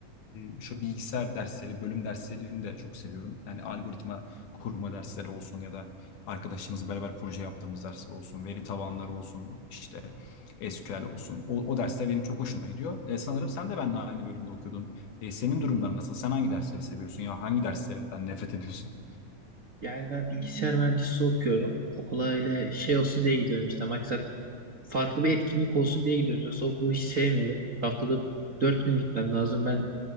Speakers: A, on the left; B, on the right.
A: e, şu bilgisayar dersleri, bölüm derslerini de çok seviyorum. Yani algoritma kurma dersleri olsun ya da arkadaşlarımızla beraber proje yaptığımız dersler olsun, veri tabanları olsun, işte SQL olsun. O, o dersler benim çok hoşuma gidiyor. E, sanırım sen de benimle aynı bölümde okuyordun. E, senin durumların nasıl? Sen hangi dersleri seviyorsun ya hangi derslerden nefret ediyorsun?
B: Yani ben bilgisayar mühendisliği okuyorum. Okula öyle şey olsun diye gidiyorum işte maksat farklı bir etkinlik olsun diye gidiyorum. Yoksa okulu hiç sevmiyorum. Haftada dört gün gitmem lazım. Ben